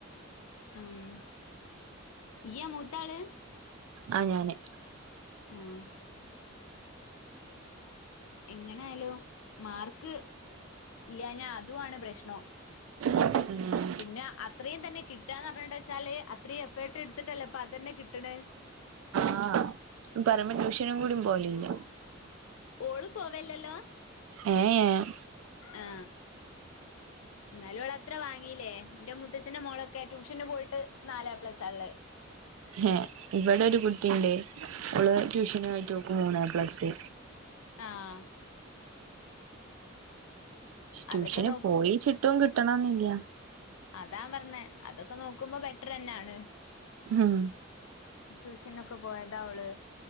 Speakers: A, on the left; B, on the right.
A: ഉം.. ഇയ്യ മൂത്താള്
B: ആ... ഞാന്
A: ആഹ് എങ്ങനായാലും മാർക്ക് ഇല്ലാഞ്ഞാ അതുആണ് പ്രശ്നം
B: ഉം <inaudible>
A: പിന്നെ അത്രീം തന്നെ കിട്ടാന്നർഞ്ഞണ്ടച്ചാല് അത്രീം എഫേർട്ട് ട്ത്തിട്ടല്ലേ ഇപ്പ അതന്നെ കിട്ടണ്
B: ആ <inaudible> പറ്യുമ്പോ ട്യൂഷനും കൂടി പോവലില്യ
A: ഓളും പോവെല്ലല്ലോ
B: ഏ.. ഏ..
A: ആ ന്നാലു ഓളത്ര വാങ്ങീലേ.. ന്റെ മൂത്തച്ഛന്റെ മോളൊക് ക്കെ ട്യൂഷന് പോയിട്ട് നാല് എ പ്ലസാള്ളേ
B: ഹെ ഇവടെ ഒരു കുട്ടിണ്ട്. ഓള് ട്യൂഷന് പോയിട്ട് ഓക്ക് മൂന്ന് എ പ്ലസ്
A: ആഹ്
B: ട്യൂഷന്
A: അതൊക്കെ നോക്കും
B: പോയിച്ചിട്ടും കിട്ടണെന്നില്യ
A: അതാംപറഞ്ഞേ.. അതൊക്കെ നോക്കുമ്പോ ബെറ്ററന്നാണ്
B: ഹ്‌മ്...
A: ട്യൂഷന് ഒക്കെ പോയതാ ഓള്